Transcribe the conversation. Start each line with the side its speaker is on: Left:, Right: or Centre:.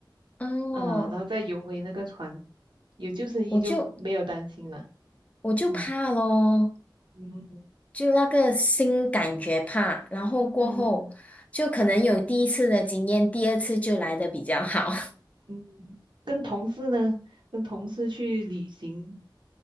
Left: 哦，
Right: 啊、然后再游回那个船，有救生衣就没有担心了。
Left: 我就我就怕咯，
Right: 嗯嗯
Left: 就那个新感觉怕，然后过后就可能有第一次的经验，
Right: 嗯
Left: 第二次就来的比较好。<laughs>
Right: 嗯。跟同事呢，跟同事去旅行，